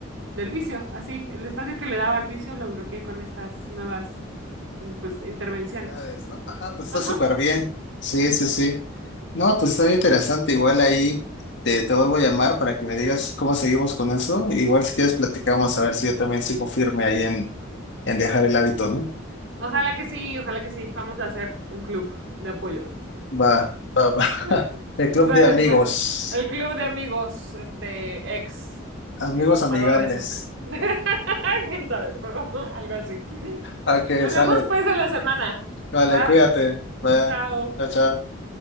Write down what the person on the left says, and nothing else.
actividades, ¿no? Ajá, pues está
súper bien. Sí, sí, sí. No, pues está bien interesante. Igual ahí te, te vuelvo a llamar para que me digas cómo seguimos con eso. Igual si quieres platicamos a ver si yo también sigo firme ahí en, en dejar el hábito, ¿no?
Va, va, va.
<laughs> El club
de amigos.
Amigos
amigables.
Ok,
sale.
Vale,
cuídate. Vaya,
chao. chao.